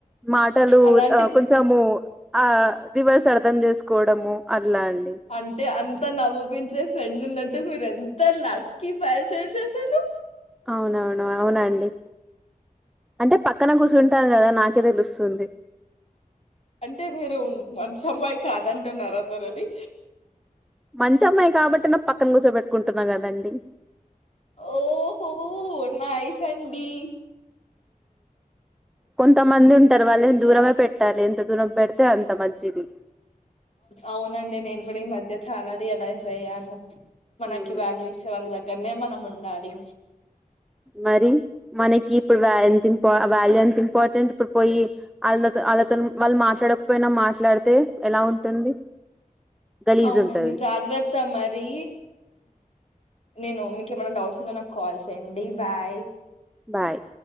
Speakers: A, in the centre; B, on the left (about 45°).
A: మాటలు
B: అలాంటి
A: కొంచము ఆ రివర్స్ అర్థం చేసుకోవడము అట్లా అండి
B: అంటే అంతా నవ్పించే ఫ్రెండ్ ఉంద అంటే మీరెంత లక్కి పర్సన్స్ అసలు
A: అవునవును అవునండి అంటే పక్కన కూర్చుంటాను కదా నాక్ కి తెలుస్తుంది
B: అంటే మీరు మంచి అమ్మాయి కాదంటున్నారు అతనుని
A: మంచి అమ్మాయి కాబట్టి నా పక్కన కూర్చోబట్టుకుంటున్నా కదండి
B: ఓహో నాయిస్ అండి
A: కొంతమంది ఉంటారు వాళ్ళు దూరమే పెట్టాలి ఎంత దూరం పెడితే అంత మంచిది
B: అవునండి నేను కూడా ఈ మధ్య చాలా రియలైజ్ అయ్యాను మనకి
A: ఉమ్
B: వ్యాల్యూ ఇచ్చే వాళ్ళ దగ్గర దనే మనం ఉండాలి
A: మరి మనకి ఇప్పుడు ఎంతం వాల్యూ ఎంత ఇంపార్టెంట్ ఇప్పుడు పోయి వాళ్తో వాళ్ళతో వాళ్ళు మాట్లాడకపోయినా మాట్లాడితే ఎలా ఉంటుంది గలీజ్
B: అవునండి
A: ఉంటది
B: జాగ్రత్త మరి నేను మీకు ఏమైన్నా డౌట్స్ ఉన్నా నాకు కాల్ చేయండి బాయ్
A: బాయ్